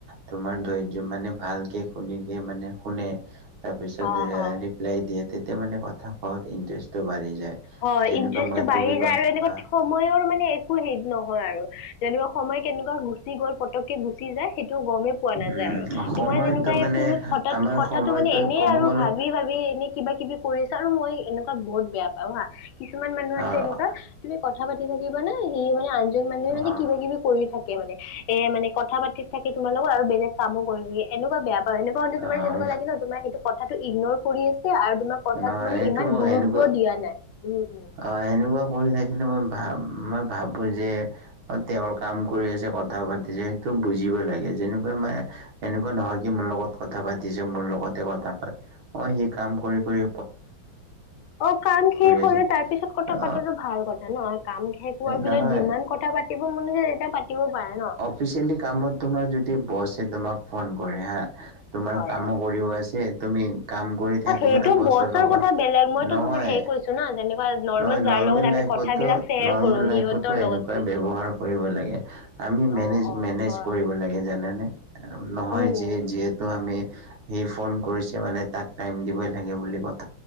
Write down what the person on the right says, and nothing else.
তোমাৰ ধৈৰ্য মানে ভালকে শুনিকে মানে শুনে তাৰপিছত দে
ৰিপ্লাই দিয়ে তেতিয়া মানে কথা কোৱাত ইণ্টাৰেষ্টটো বাঢ়ি যায়।
যেনেকুৱা
মই
তুমি
কথা
আহ
উম
সময়টো
মানে
আমাৰ
সময়টো
ক'ব
গ'লে
আহ
আহ
আহ
নহয়
এইটো
মই
সেনেকুৱা
অ এনেকুৱা কৰি থাকিলে মই ভা মই ভাবোঁ যে তেওঁৰ কাম কৰি আছে কথা পাতিছে সেইটো বুজিব লাগে যেনেকুৱা মানে এনেকুৱা নহয়, সি মোৰ লগত কথা পাতিছে মোৰ লগতে কথা পাত, অ, সি কাম কৰি-কৰি
আছে
অ
নহয়
স্পিচিয়েলি কামত তোমাৰ যদি বছে তোমাক ফোন কৰে হা, তোমাৰ
কামো
কৰিব আছে, তুমি কাম কৰি
থাকিব
নে, বছৰ লগত,
নহয়।
নহয়, নৰ্মেল
লাইফতো,
নৰ্মেল
লাইফতো
এনেকুৱাই
ব্যৱহাৰ কৰিব লাগে, আমি মেনেজ-মেনেজ
কৰিব লাগে, জানানে! নহয়,
যে
যিহেতু আমি সি ফোন কৰিছে, মানে তাক টাইম দিবই লাগে বুলি কয়।